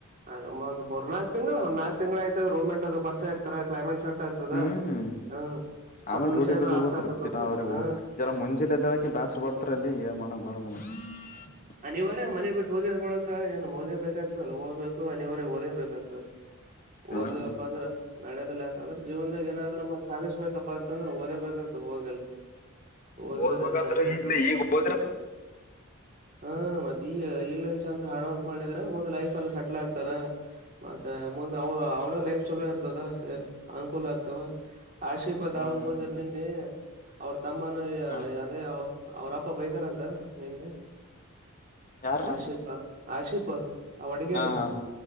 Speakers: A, on the right; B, on the left.
A: ಅದ ಮೂರ್ ನಾಕ್ ತಿಂಗಳು ಒಂದ್ ನಾಕ್ ತಿಂಗ್ಳ ಆಯ್ತಂದ್ರ ರೂಮೆಂಟ್ ಅದು ಪರಿಚಯ ಆಗ್ತರ ಕ್ಲೈಮೇಟ್ ಆಗ್ತದಾ
B: ಹ್ಮ್
A: ಹಾ ಸ್ವಲ್ಪ
B: ಆಮೇಲೆ
A: ವಿಷಯನ
B: ರೂಢಿ ಬಿದ್ದ
A: ಅರ್ಥ
B: ಹೋತ್ತರ
A: ಆಕತ್ ಹೊತ
B: ದಿನ ಅವ್ರೇ
A: ಹಾ
B: ಜರ ಮುಂಜೆಲ್ ಎದ್ದಳಕ ಬ್ಯಾಸರ ಬರ್ತರಲ್ಲಿ ಏನ್ ಮಾಡ <unintelligible>
A: ಅನಿವಾರ್ಯ ಮನೆ ಬಿಟ್ಟು ಹೋಗ್ಯದ್ ಬಳಕ ಏನು ಹೋಗೇ ಬೇಕಾಗ್ತಲ್ಲ ಹೋಗ್ಬೇಕು ಅನಿವಾರ್ಯ ಓದೇಬೇಕಾಗ್ತದ
B: ಹ್ಮ್
A: ಓದ್ಲಿಲ್ಲಪ್ಪ ಅಂದ್ರ ನಡೆದಿಲ್ಲ್ ಯಾ ಅಂದ್ರ ಜೀವನದಾಗ ಏನಾದ್ರು ಮಾಡ್ ಸಾಧಿಸ್ಬೇಕಪ್ಪಾ ಅಂತಂದ್ರ ಓದೇಬೇಕಾಗ್ತದ್ ಹೋಗಲ್ಲಿ. ಓದಿದ್ರೆ
B: ಓದ್ಬೇಕಂತ್ರ
A: ಏನೇ ಆಯ್ತ
B: ಈಗ್ಲೇ ಈಗ್ ಹೋದ್ರ
A: ಹಾ ಮತ್ತೆ ಈಗ ಈಗ್ಲನ್ ಚಂದ ಹಾರ್ಡ್ ವರ್ಕ್ ಮಾಡಿದ್ರೆ ಮುಂದ್ ಲೈಫ್ ಎಲ್ಲ ಸೆಟ್ಲ್ ಆಗ್ತಾರ ಮತ್ತೆ ಮುಂದೆ ಅವ ಅವರೇ ಲೈಫ್ ಚೊಲೋ ಇರ್ತದ ಏನ್ ಅನುಕೂಲ ಆಗ್ತವ ಆಶಿ
B: ಹ್ಮ್
A: ದಾವೂದ್ ಬಂದರು ನಿನ್ನೆ ಅವ್ರ ತಮ್ಮನ
B: ಹ
A: ಅದೇ ಅವ್ರಪ್ಪ ಪ್ಪ ಬೈದಾರ ಅಂತ ನಿನ್ನೆ
B: ಯಾರ್ರೀ
A: ಆಶಿಪ ಆಶಿಪ. ಆವ ಅಡಗೇರಿ
B: ಹಾ ಹಾ